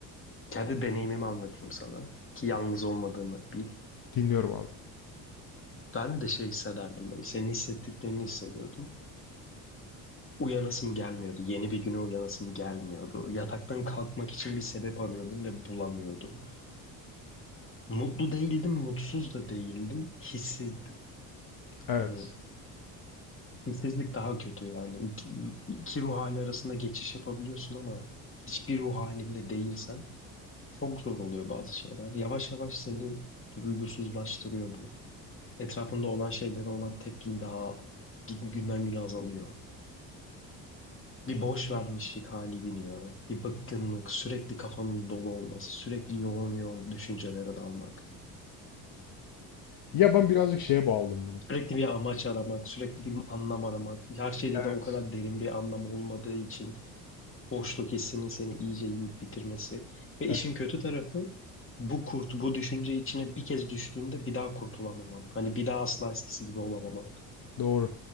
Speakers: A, on the left; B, on the left.
A: kendi deneyimimi anlatayım sana ki yalnız olmadığını bil.
B: Dinliyorum abi.
A: Ben de şey hissederdim böyle senin hissettiklerini hissediyordum. Uyanasım gelmiyordu. Yeni bir güne uyanasım gelmiyordu. Yataktan kalkmak için bir sebep arıyordum ve bulamıyordum. Mutlu değildim, mutsuz da değildim. Hissizdim.
B: Evet.
A: Hani hissizlik daha kötü yani. İki, iki ruh hali arasında geçiş yapabiliyorsun ama hiçbir ruh halinde değilsen çok zor oluyor bazı şeyler. Yavaş yavaş seni duygusuzlaştırıyor bu. Etrafında olan şeylere olan tepkin daha gün- günden güne azalıyor. Bir boş vermişlik hali biniyor. Bir bıkkınlık, sürekli kafanın dolu olması, sürekli yoğun yoğun düşüncelere dalmak.
B: Ya ben birazcık şeye bağladım bunu.
A: Sürekli bir amaç aramak, sürekli bir anlam aramak. Her şeyde
B: Evet.
A: de o kadar derin bir anlam olmadığı için boşluk hissinin seni iyice yiyip bitirmesi. Ve işin
B: Evet.
A: kötü tarafı bu kurt, bu düşünce içine bir kez düştüğünde bir daha kurtulamaman. Hani bir daha asla eskisi gibi olamaman.
B: Doğru.